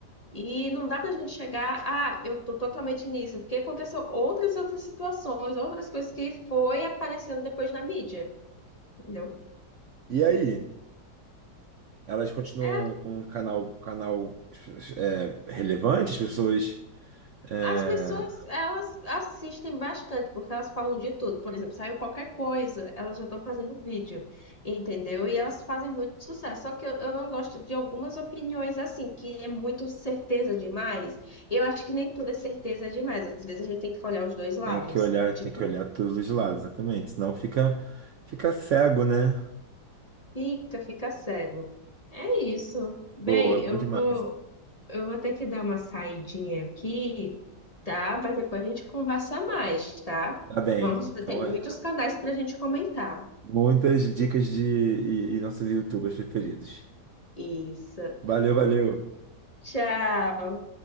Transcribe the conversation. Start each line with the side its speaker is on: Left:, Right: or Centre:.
Left: E não dá pra gente chegar, ah, eu tô totalmente nisso, porque aconteceu outras outras situações, outras coisas que foi aparecendo depois na mídia, entendeu?
Right: E aí? Elas continuam
Left: É,
Right: com o canal, um canal é, relevante? As pessoas é,
Left: As pessoas, elas assistem bastante, porque elas falam de tudo. Por exemplo, saiu qualquer coisa, elas já estão fazendo vídeo, entendeu? E elas fazem muito sucesso. Só que eu, eu não gosto de algumas opiniões assim, que é muito certeza demais. Eu acho que nem tudo é certeza demais. Às vezes a gente tem que olhar os dois lados
Right: têm que olhar,
Left: de
Right: tem
Left: tudo.
Right: que olhar todos os lados, exatamente. Senão fica, fica cego, né?
Left: Fica, fica cego. É isso. Bem,
Right: Boa,
Left: eu
Right: bom demais.
Left: vou, Eu vou ter que dar uma saidinha aqui, tá? Mas depois a gente conversa mais, tá?
Right: Tá bem.
Left: Vamos, tem
Right: Então,
Left: muitos
Right: é,
Left: canais pra gente comentar.
Right: muitas dicas de e, e nossos YouTubers preferidos.
Left: Isso.
Right: Valeu, valeu.
Left: Tchau.